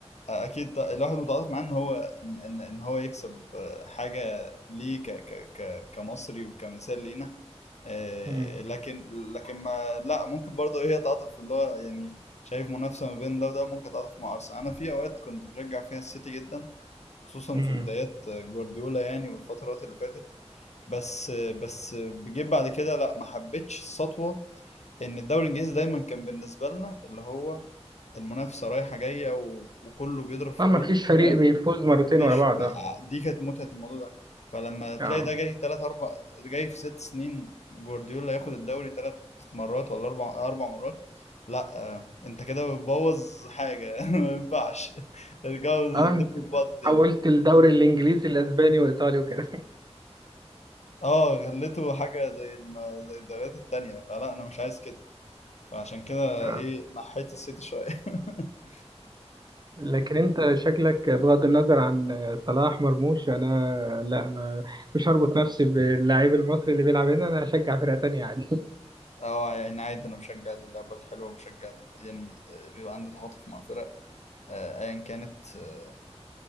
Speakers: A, on the left; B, on the right.
A: اكيد ط- الواحد متعاطف معاه ان هو ان ان إن هو يكسب آه، حاجه ليه ك ك ك كمصري وكمثال لينا آه،
B: مم.
A: لكن لكن ما لا ممكن برضه هي تعاطف اللي هو يعني شايف منافسه ما بين ده وده ممكن تعاطف مع ارسنال انا في اوقات كنت بشجع فيها السيتي جدا خصوصا
B: مم.
A: في بدايات آه، جوارديولا يعني والفترات اللي فاتت بس بس جيت بعد كده لا ما حبيتش السطوه ان الدوري الانجليزي دايما كان بالنسبه لنا اللي هو المنافسه رايحه جايه و... وكله بيضرب في
B: اه ما
A: كله
B: فيش فريق
A: فاهم
B: بيفوز مرتين
A: مفيش
B: ورا بعض
A: ما...
B: اه
A: دي كانت متعه الموضوع ده فلما تلاقي
B: آه.
A: ده جاي تلات اربع جاي في ست سنين جوارديولا ياخد الدوري تلات مرات ولا اربع اربع مرات لا آه، انت كده بتبوظ حاجه <laughs> ما ينفعش ارجعوا
B: اه انت
A: دبوا في بعض تاني
B: حولت الدوري الانجليزي الاسباني وايطالي وكده
A: اه غليته حاجة زي الم... زي الدوريات التانية فلا أنا مش عايز كده فعشان كده
B: اه
A: إيه نحيت السيتي شوية <laughs>
B: لكن انت شكلك بغض النظر عن صلاح مرموش انا لا ما مش هربط نفسي باللاعب المصري اللي بيلعب هنا انا هشجع فرقة تانية عادي <laughs>
A: اه يعني عادي أنا مشجع اللعبة الحلوة مشجع ال- يعني آه، بيبقى عندي تعاطف مع فرق آه، أيا كانت آه،